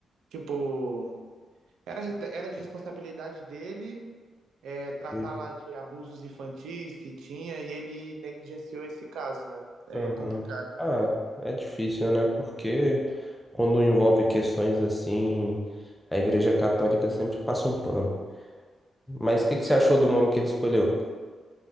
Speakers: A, on the right; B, in the centre.
A: Tipo, era, era de responsabilidade dele é, tratar
B: ok.
A: lá de abusos infantis que tinha e ele negligenciou esse caso, né? Aí
B: Aham.
A: é complicado.
B: Ah, é difícil, né? Porque quando envolve questões assim, a Igreja Católica sempre passa um pano. Mas o que que você achou do nome que ele escolheu?